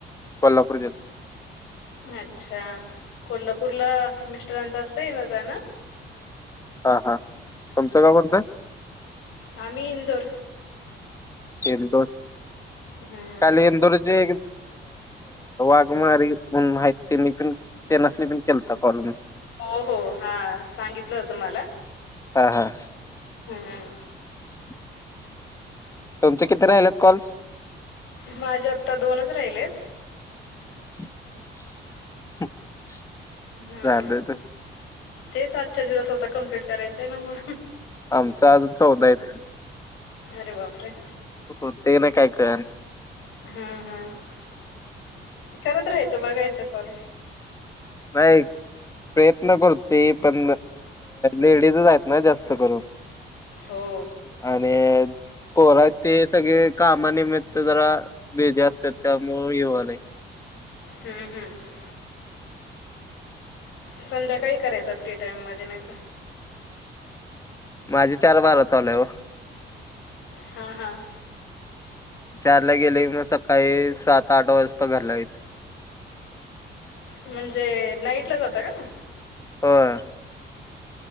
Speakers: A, on the left; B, on the left.
A: कोल्हापूर जवळ.
B: अच्छा! कोल्हापूरला मिस्टरांचा असत येन जान.
A: हा हा तुमचं गावं कोणतं.
B: आम्ही इंदोर
A: इंदोर,
B: हम्म
A: खाली इंदोर चे वाघमारी म्हणून आहेत त्यांनी पण त्यांनासनी पण केलता कॉल मी.
B: हो हो हा सांगितलं होतं मला.
A: हा हा
B: हम्म
A: <inaudible> तुमचे किती राहिलेत कॉल
B: माझे आता दोनच राहिले आहेत.
A: <inaudible>
B: हम्म
A: झालं
B: तेच आजच्या दिवस आता कम्प्लीट करायचंय ना म्हणून-
A: आमच अजून चौदा आहेत.
B: अरे बापरे!
A: होतय का नाही काय कळना.
B: हम्म हम्म करत राहायचं बघायचं काॅल.
A: नाही. प्रयत्न करतोय पण लेडीजच आहेत ना जास्त करून.
B: हो
A: आणि पोर आहेत सगळे कामानिमित्त जरा, बीजी अस्तात त्यामुळं हे वायलय.
B: हम्म हम्म संध्याकाळी करायचा फ्री टाइममध्ये नाही तर.
A: माझे चार बारा <unintelligible>
B: हां. हां.
A: चारला गेले का मग सकाळी सात आठ वाजता घरला येत.
B: म्हणजे नाईट ला जाता का?
A: होय.